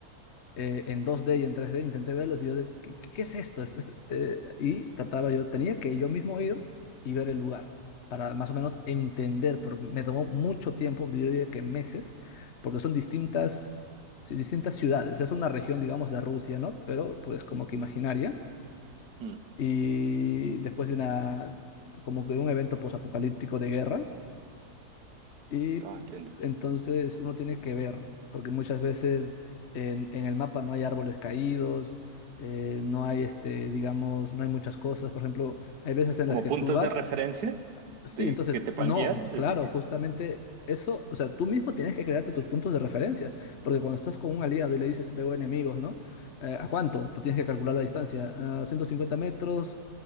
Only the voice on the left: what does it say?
eh, en dos d y en tres d intenté verlos y yo de, ¿qué, qué- qué es esto? Es- es- eh, y trataba yo, tenía que yo mismo ir y ver el lugar para más o menos entender, pero me tomó mucho tiempo, yo diría que meses, porque son distintas, sí, distintas ciudades, es una región, digamos, de Rusia, ¿no? Pero pues como que imaginaria.
Y después de una, como que de un evento posapocalíptico de guerra. Y
entonces uno tiene que ver, porque muchas veces en, en el mapa no hay árboles caídos, eh, no hay este, digamos, no hay muchas cosas. Por ejemplo, hay veces en
las que
tú vas,
sí,
entonces
no,
claro,
justamente
eso, o sea, tú mismo tienes que crearte tus puntos de referencia, porque cuando estás con un aliado y le dices veo enemigos, ¿no? Eh, ¿a cuánto? Tú tienes que calcular la distancia, a 150 metros.